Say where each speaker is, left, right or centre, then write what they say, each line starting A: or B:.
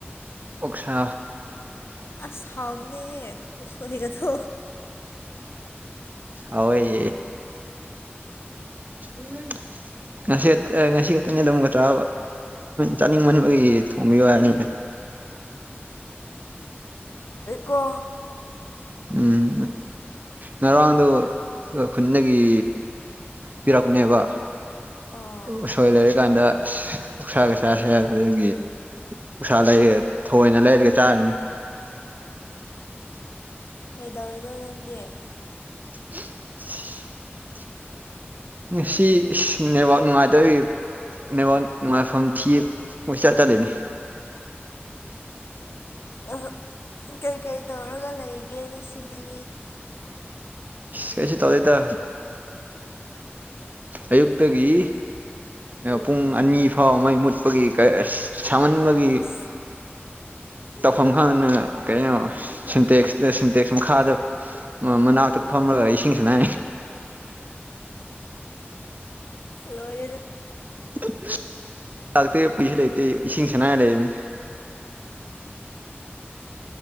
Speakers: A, on the right; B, on the left.
A: ꯑꯣꯁꯥ
B: ꯑꯁꯥꯎꯅꯦ ꯁꯍꯤꯒꯗꯣ
A: ꯑꯑꯣꯣꯏ ꯎꯝ ꯉꯁꯤ ꯉꯁꯤ ꯈꯛꯇꯅꯤꯗ ꯑꯃꯨꯛꯀ ꯆꯥꯅꯤꯡꯃꯟꯕꯒꯤ ꯊꯣꯡꯕꯤꯌꯨ ꯍꯥꯏꯅꯤꯅꯦ
B: ꯀ
A: ꯎꯝ ꯅꯔ ꯋꯥꯡꯗ ꯈꯨꯟꯗꯒꯤ ꯄꯤꯔꯛꯅꯦꯕ
B: ꯑꯥ
A: ꯎꯁꯣꯏ ꯂꯩꯔꯤꯀꯥꯟꯗ ꯎꯛꯁꯥꯒꯩꯁꯥꯁꯦ ꯍꯥꯏꯕꯗꯒꯤ ꯎꯁꯥ ꯂꯩꯔꯒꯦ ꯊꯑꯣꯏꯅ ꯂꯩꯔꯒꯦ ꯆꯥꯔꯅꯤ
B: ꯀꯩꯗꯧꯅꯣ ꯅꯪꯗꯤ
A: <inaudible> ꯁꯤ ꯏꯁ ꯅꯦꯠꯋꯥꯛ ꯅꯨꯡꯉꯥꯏꯇꯧꯔꯤ ꯅꯦꯠꯋꯥꯛ ꯅꯨꯡꯉꯥꯏꯐꯝ ꯊꯤ ꯎꯁꯥ ꯆꯂꯤꯅꯤ
B: ꯑ ꯀꯩꯀꯩ ꯇꯧꯔꯒ ꯂꯩꯒꯦ ꯉꯁꯤꯗꯤ
A: ꯀꯩꯁꯨ ꯇꯧꯗꯦꯗ ꯑꯌꯨꯛꯇꯒꯤ ꯄꯨꯡ ꯑꯅꯤ ꯐꯥꯎ ꯃꯩ ꯃꯨꯠꯄꯒꯤ ꯀꯁ ꯁꯃꯟꯕꯒꯤ
B: ꯑꯁ
A: ꯇꯧꯐꯝ ꯈꯪꯗꯅ ꯀꯩꯅꯣ ꯁꯤꯟꯇꯦꯛꯁꯇ ꯁꯤꯟꯇꯦꯛꯁ ꯃꯈꯥꯗ ꯃꯅꯥꯛꯇ ꯊ ꯏꯁꯤꯡꯁꯅ
B: ꯂꯣꯏꯔꯦ ꯑꯗꯨꯗꯤ
A: <unintelligible> ꯂꯥꯛꯇ ꯄꯩꯁꯥ ꯂꯩꯇꯦ ꯏꯁꯤꯡ ꯁꯅꯥ ꯂꯩꯅꯤ